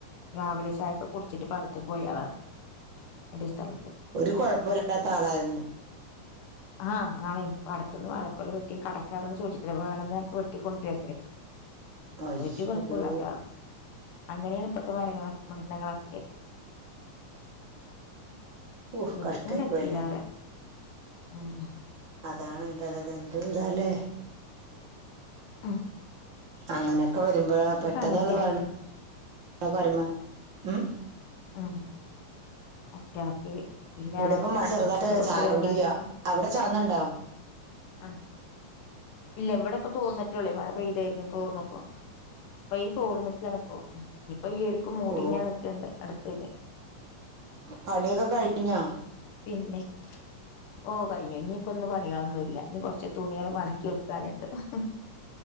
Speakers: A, on the left (about 75°); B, on the right (about 45°).
A: രാവിലെ ചായൊക്കെ കുടിച്ചിട്ട് പട റ്റ പോയാലാണ് എന്റെ സ്ഥലത്ത്
B: ഒരു കൊഴപ്പൊല്ലാത്ത ആളായിരുന്നു
A: <inaudible> ആഹ് ആന്നെ പടത്തനിന്ന് വഴക്കൊല്ല വെട്ടി കടക്കാരോ ചോദിച്ചട്ടേ വേണന്ന്ട്ട വെട്ടി കൊണ്ടുവരുത്രേ.
B: അയ്യോ
A: ഒരു കുഴപ്പല്ലാത്ത ആള അങ്ങനെണുപ്പത്തെ മരങ്ങള മരുന്നങ്ങളൊക്കെ.
B: ഊഹ്
A: വീട്ടിക്കും
B: കഷ്ട്ടായി
A: കൂടെ
B: പോയല്ല.
A: എത്തില്ലാറയാ ഉം
B: അതാണ് എന്താല അത് എന്ത് ഇതല്ലേ.
A: അഹ്.
B: അങ്ങനെയൊക്കെ വരുമ്പോ പെട്ടെന്നുള്ള
A: അങ്ങനത്തന്നെ
B: വരണം <unintelligible> ഉം
A: ഉം അറ്റാക്ക് പിന്നെ
B: ഇവിടെ
A: അതാണെക്ക്
B: ഇപ്പം മഴ
A: ക്യാൻസർ
B: ചെറുതായിട്ട്
A: പോലത്തെ
B: ചാറിക്കൊണ്ടിരിക്കുവാ
A: രോഗങ്ങണ ഇപ്പൊ.
B: അവിടെ ചേർന്നണ്ടോ.
A: ആ ഇല്ല ഇവിടെ ഇപ്പ തോർന്നിട്ടുള്ളേ മഴ പെയ്തായിരുന്നു തോർന്നപ്പോ അപ്പൊ ഇത് തോർ നിക്കാണ് ഇപ്പോ. ഇനിപ്പോ ഈ <unintelligible> മൂടി
B: ഓ
A: ഇങ്ങനെ ന്ക്കണ്ട് അടുത്തെന്.
B: പണിയൊക്കെ കഴിഞ്ഞാ.
A: പിന്നെ ഓ കഴിഞ്ഞഴിഞ് ഇനിയിപ്പൊന്ന പണികളൊന്നുംല്ല ഇനി കുറച്ച് തുണിയാള് മടക്കി വെ <unintelligible>